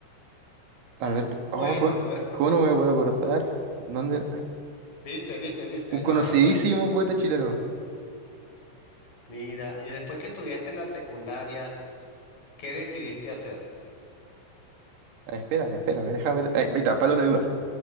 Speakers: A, on the right (about 80°); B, on the left (about 45°).
A: a
B: <laughs>
A: ver,
B: bueno,
A: oh, ¿cómo,
B: pero
A: cómo
B: <laughs>
A: no me puedo acordar? ¿Dónde?
B: viste, viste, viste.
A: Un conocidísimo
B: Ah, no es. <laughs>
A: poeta chileno.
B: mira, y después que estudiaste la secundaria, ¿qué decidiste hacer?
A: Ah, Espérame, espérame, déjame ver. Ahí ahí está, palo de duda.